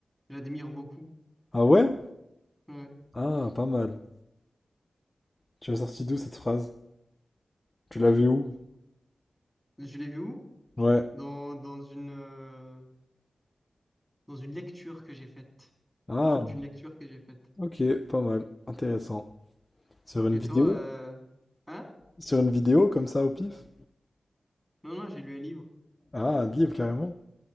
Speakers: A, in the centre; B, on the left.
A: j'admire beaucoup.
B: Ah ouais?
A: Ouais.
B: Ah, pas mal. Tu l'as sortie d'où cette phrase? Tu l'as vue où?
A: Je l'ai vu où?
B: Ouais.
A: Dans, dans une, euh, dans une lecture que j'ai faite.
B: Ah,
A: Lors d'une lecture que j'ai faite.
B: ok, pas mal. Intéressant. Sur une
A: Et
B: vidéo?
A: toi, euh, hein?
B: Sur une vidéo comme ça au pif?
A: Non, non, j'ai lu un livre.
B: Ah, un livre carrément.